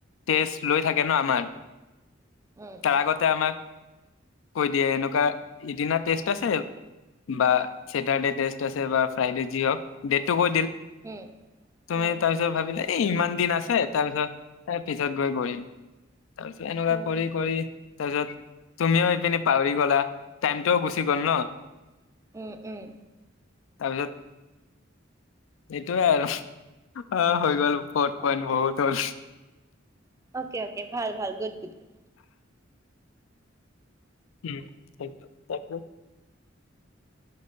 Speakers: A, on the left (about 80°); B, on the right (about 15°).
A: টেষ্ট লৈ থাকে ন আমাৰ
B: উম
A: তাৰ আগতে আমাক কৈ দিয়ে এনেকুৱা ইদিনা টেষ্ট আছে বা চেটাৰডে টেষ্ট আছে বা ফ্ৰাইডে যি হওক ডেটটো কৈ দিল
B: উম
A: তুমি
B: উম
A: তাৰপিছ পিছত ভাবিলে এই ইমান দিন আছে তাৰ পিছত পিছত গৈ কৰিম তাৰ পিছত এনেকুৱা
B: উম
A: কৰি কৰি তাৰপিছত তুমিও এইপিনে পাহৰি গ'লা টাইমটোও গুচি গ'ল ন
B: উম উম
A: তাৰপিছত এইটোয়ে আৰু অ হৈ গ'ল বত পইণ্ট
B: অকে
A: বহুত হল
B: অকে অকে ভাল ভাল গুড গুড গুড
A: উম তাকে তাকে